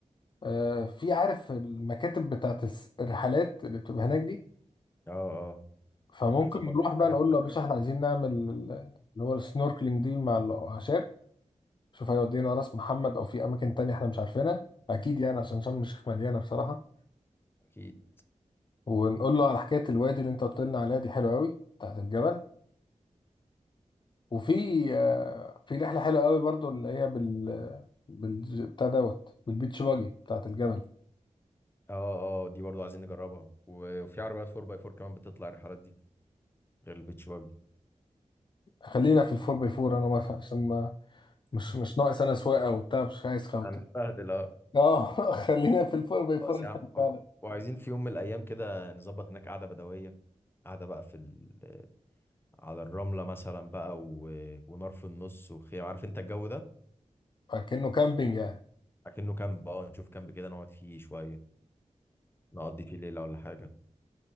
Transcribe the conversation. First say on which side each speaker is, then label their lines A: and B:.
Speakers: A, on the left; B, on the left.
A: آه، في عارف المكاتب بتاعت الس- الرحلات اللي بتبقى هناك دي
B: اه اه
A: فممكن
B: نظبط
A: نروح بقى
B: حاجه
A: نقول
B: لحاجة.
A: له يا باشا احنا عايزين نعمل ال- اللي هو السنوركلينج دي مع الاعشاب شوف هيودينا راس محمد او في اماكن تانية احنا مش عارفينها اكيد يعني عشان شرم الشيخ مليانه بصراحه
B: اكيد
A: ونقول له على حكايه الوادي اللي انت قلت لنا عليها دي حلوه قوي بتاعت الجبل وفي آه، في رحله حلوه قوي برضو اللي هي بال بال بتاع دوت بالبيتش باجي بتاعت الجبل
B: اه اه دي برضو عايزين نجربها و- وفي عربيات 4 باي 4 كمان بتطلع الرحلات دي غير البيتش باجي
A: خلينا في الفور باي فور انا موافق عشان ما مش
B: <laughs>
A: مش ناقص انا سواقه وبتاع مش عايز خوت
B: هنستهدل اه
A: اه <laughs> خلينا في الفور باي فور
B: خلاص
A: أحسن
B: يا عم حلو.
A: فعلا
B: وعايزين في يوم من الايام كده نظبط هناك قعده بدويه قعده بقى في ال... آه، على الرمله مثلا بقى و... ونار في النص وخيام عارف انت الجو ده
A: كأنه كامبينج يعني
B: اكنه كامب اه نشوف كامب كده نقعد فيه شويه نقضي فيه ليله ولا حاجه